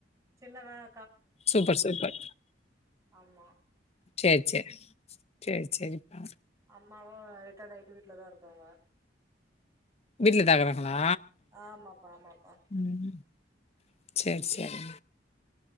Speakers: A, on the right; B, on the left.
A: சின்னவன்
B: சூப்பர் சூப்பர்
A: ஆமா
B: சரி சரி சரி சரிப்பா
A: அம்மாவும் ரிட்டையர்ட் ஆயிட்டு வீட்டுலதான் இருக்காங்க
B: வீட்லதாகிறாங்களா
A: ஆமாப்பா ஆமாப்பா
B: ம் செர் செரி